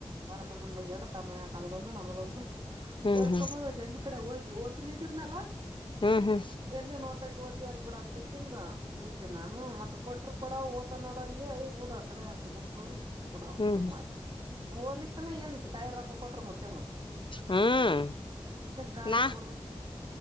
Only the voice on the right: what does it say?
ಪರಮಾನಂದ ಎರಡು ತಮ್ಮ ತಮ್ಮದೊಂದು ನಮದೊಂದು
ಹೊಡ್ಕೊಂಬಂದ
ಸಂಜಿ ಕಡೆ ಹೋಗಿ ಓತ ನದ್ದಿತಿದ್ನಲ್ಲಾ
ಎಲ್ಲಿನ ನೋತೈತಿ ಓತಿಯ ಅಲ್ ಬಿಡ ಅನ್ ಕೆಸಿಂದ ಬಿಟ್ಟೆ ನಾನು ಮತ್ತ ಕೊಟ್ರ ಕೊಡ ಓತ ನೋಡಂಗೆ ಅಯ್ ಬಿಡು ಅ ಕಡೆ ಅಂತ ಬಿಟ್ಟ ಬಿಡ ಅಂತ
ಸುಮ್ಮನಾದೆ ಮಾಡ ಹೋಲಿಕನ ಏನ್ ಕಾಯಿ ರೊಕ್ಕ ಕೊಟ್ರ ಮುಟ್ಟೆ ಮುಟ್ಟತದ
ಈಕನ್ ಕಾಯಿ
ಕೊಡ್ಬೇಕಿಲ್ಲ.